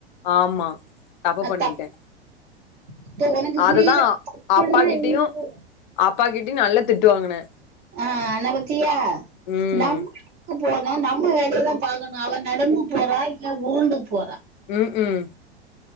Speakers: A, on the left; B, on the right.
A: ஆமா தப்பு
B: அதா
A: பண்ணிட்டே
B: இப்ப உனக்கு
A: அதுதா
B: புரியுதா தப்புன்னா
A: அப்பா கிட்டயு
B: என்னது
A: அப்பா கிட்டயு நல்லா திட்டுவாங்குனே
B: ஆ ஆனா பத்தியா
A: ம்
B: நம் க்கு போனா நம்ம வேலையதா பாக்கணு அவ நடந்து போறா இல்ல உருண்டு போற
A: ம்கும்